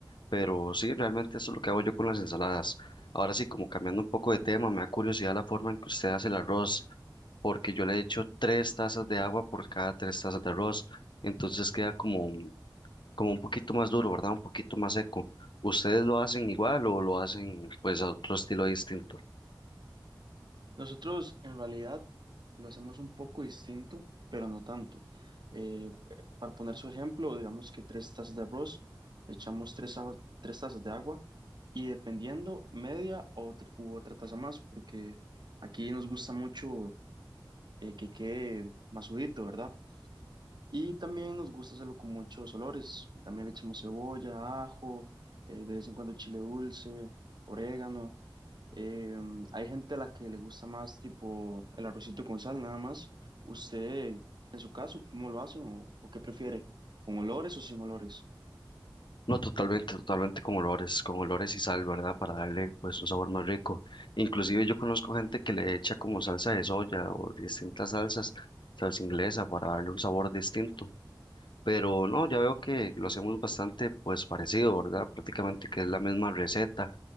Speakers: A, on the left (about 70°); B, on the right (about 60°).
A: Pero sí, realmente eso es lo que hago yo con las ensaladas. Ahora sí, como cambiando un poco de tema, me da curiosidad la forma en que usted hace el arroz, porque yo le echo tres tazas de agua por cada tres tazas de arroz, entonces queda como, un- como un poquito más duro, ¿verdad? Un poquito más seco. ¿Ustedes lo hacen igual o lo hacen pues a otro estilo distinto?
B: Nosotros en realidad lo hacemos un poco distinto, pero no tanto. Eh, para poner su ejemplo, digamos que tres tazas de arroz, le echamos tres, a- tres tazas de agua y dependiendo media o tr- u otra taza más, porque aquí nos gusta mucho eh, que quede masudito, ¿verdad? Y también nos gusta hacerlo con muchos olores. También le echamos cebolla, ajo, eh, de vez en cuando chile dulce, orégano. Eh, hay gente a la que le gusta más tipo el arrocito con sal, nada más. ¿Usted, en su caso, cómo lo hacen o, o qué prefiere? ¿Con olores o sin olores?
A: No, totalmente, totalmente con olores, con olores y sal, ¿verdad? Para darle pues un sabor más rico. Inclusive yo conozco gente que le echa como salsa de soya o distintas salsas, salsa inglesa, para darle un sabor distinto. Pero no, ya veo que lo hacemos bastante pues parecido, ¿verdad? Prácticamente que es la misma receta.